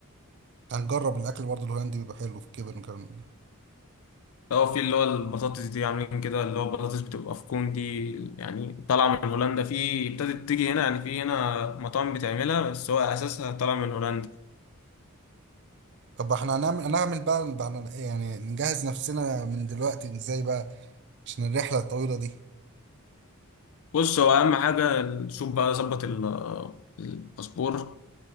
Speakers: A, on the right; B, on the left.
A: هنجرب الاكل برضه الهولندي بيبقى حلو في الكبن والكلام ده
B: لو في اللي هو البطاطس دي عاملين كده اللي هو البطاطس بتبقى في كون دي يعني طالعة من هولندا في ابتدت تيجي هنا يعني في هنا مطاعم بتعملها بس هو اساسها طالع من هولندا
A: طب احنا هنعمل هنعمل بقى بعد يعني نجهز نفسنا من دلوقتي ازاي بقى عشان الرحلة الطويلة دي
B: بص هو اهم حاجه نشوف بقى ظبط ال- الباسبور